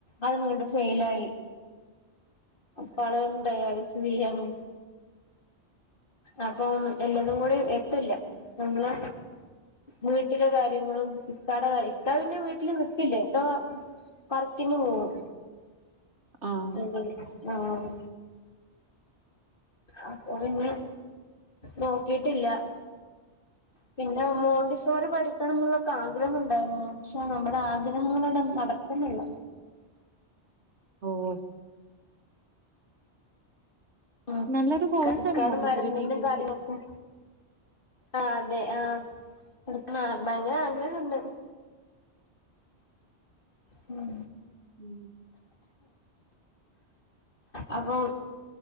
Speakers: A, on the left; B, on the right.
A: അത് വീണ്ടും ഫെയിലായി അപ്പ ആള് ഡയാലിസ് ചെയ്യാന്ന് അപ്പം എല്ലതും കൂടി എത്ത്ല്ല നമ്മള് വീട്ടിലെ കാര്യങ്ങളും ഇക്കാടെ ഇക്ക പിന്നെ വീട്ടില് നിക്കില്ലേ ഇക്ക വർക്കിന് പോവും
B: ആഹ്
A: ഉം ആഹ് അപ്പൊ പിന്നെ നോക്കിട്ടില്ല പിന്നെ മോണ്ടിസോറിപഠിക്കണം എന്നുള്ളൊക്കെ ആഗ്രഹം ഉണ്ടായിരുന്നു പക്ഷെ നമ്മുടെ ആഗ്രഹങ്ങളൊന്നും അവിട നടക്കുന്നില്ല
B: ഉം
A: ഉം
B: നല്ലൊരു കോഴ്സാണ്
A: കൈക്കാട്
B: മോണ്ടിസോറി
A: മരുന്നിണ്ടും
B: ടി ടി
A: കാര്യങ്ങളൊക്കും
B: സി
A: ആഹ് അതെ ആഹ് എടുക്ക ഭയങ്കര ആഗ്രഹുണ്ട് ഉം
B: ഉം
A: അപ്പോൾ